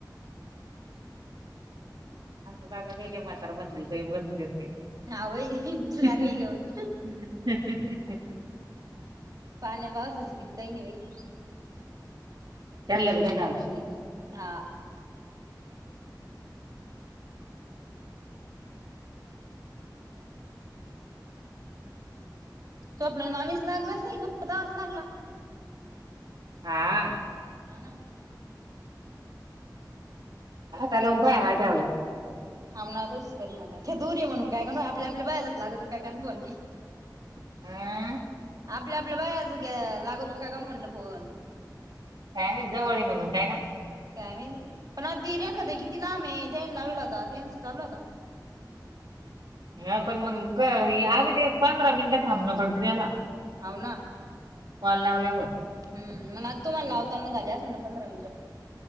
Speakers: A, on the right; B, on the right.
A: <unintelligible>
B: हा बाई
A: ह
B: चालली घेऊन <unintelligible>
A: चला का गावची
B: हा स्वप्नान मामीच लागलास नाही ततावाच लागला
A: हा
B: हना
A: आता लावून पाय माझे ठेवल्यावर
B: ांबणतच करी न दुरी म्हणून काय काण आपल्या आपल्या बायलाच लागत काय काण पण
A: आा
B: आपल्या आपल्या बायज्या लागवतो काय काण म्हणल फोन
A: काम जवळी म्हणून काय का
B: त्यावे पण आ ती रेखात किती लांबे त्यान लावला होता त्यांनस चालू होता
A: ह पण मग अगदी पंधरा मिनिटं थांबणं पडतं त्याला
B: अवना
A: वाल लावल्या होत
B: हम् मग आज तुम्हाला लावताना झाले असं ना पंधरा मिनिटं